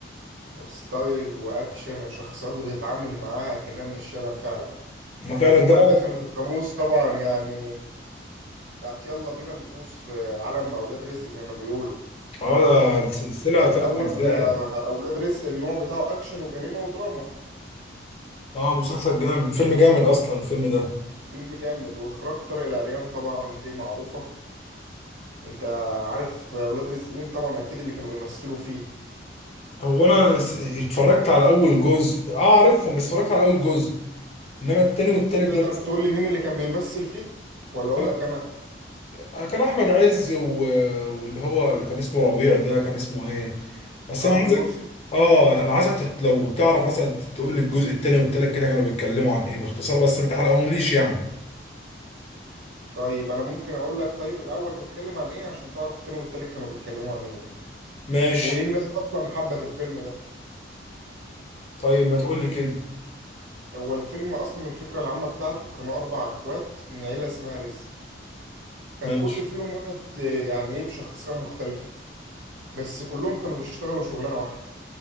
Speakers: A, on the right; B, on the left.
A: وستايل واكشن وشخصيات بتتعامل معاها كأنها من الشارع فعلا
B: ده فعلا
A: وجمل
B: ده
A: دخلت القاموس طبعا يعني بتاعت يلا بينا نغوص في عالم اولاد رزق زي ما بيقولوا
B: اه ده سلسلة
A: في
B: ثلاث
A: الاول
B: اجزاء
A: آه، اولاد رزق النوع بتاعه اكشن وجريمة ودراما
B: اه مسلسل جامد فيلم جامد اصلا الفيلم ده
A: فيلم جامد واخراج طارق العريان طبعا دي معروفة انت عارف اولاد رزق مين طبعا اكيد اللي كانوا بيمثلوا فيه
B: هو انا س- اتفرجت على اول جزء اه عارفهم بس اتفرجت على اول جزء انما التاني والتالت
A: طب تقدر
B: ده لسه
A: تقول لي مين اللي كان بيمثل فيه ولا اقول
B: أنا-
A: لك انا
B: آه، كان احمد عز و... واللي هو اللي كان اسمه ربيع ده كان اسمه ايه بس
A: عمرو
B: انا عايزك
A: يوسف
B: اه انا عايزك تت... لو تعرف مثلا ت- تقول لي الجزء التاني والتالت كده كانوا بيتكلموا عن ايه باختصار بس ما تحرقهم ليش يعني
A: طيب انا ممكن اقول لك طيب الاول بيتكلم عن ايه عشان تعرف التاني والتالت كانوا بيتكلموا عن ايه
B: ماشي
A: وليه الناس اصلا حبت الفيلم ده
B: طيب ما تقول لي كده
A: هو الفيلم اصلا الفكره العامه بتاعته كانوا اربع اخوات من عيله اسمها رزق كان
B: ماشي
A: كل فيهم واحد اه، يعني ايه بشخصيه مختلفه بس كلهم كانوا بيشتغلوا شغلانه واحده